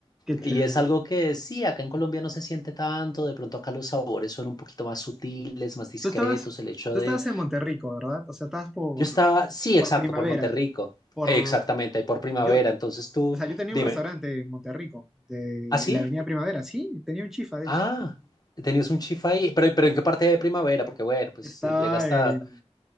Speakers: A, in the centre; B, on the left.
A: qué chévere.
B: Y es algo que sí, acá en Colombia no se siente tanto, de pronto acá los sabores son un poquito más sutiles, más discretos,
A: Tú estabas,
B: el hecho
A: tú
B: de...
A: estabas en Monterrico, ¿verdad? O sea, estabas por,
B: Yo estaba, sí,
A: por
B: exacto,
A: Primavera,
B: por Monterrico,
A: por
B: exactamente, por primavera,
A: yo, o
B: entonces tú,
A: sea, yo tenía
B: dime,
A: un restaurante en Monterrico, de
B: ¿ah, sí?
A: la Avenida Primavera, sí, tenía un chifa, de
B: Ah,
A: hecho.
B: tenías un chifa ahí, pero, pero ¿en qué parte de primavera? Porque bueno, pues
A: Estaba
B: eh, llega hasta
A: en,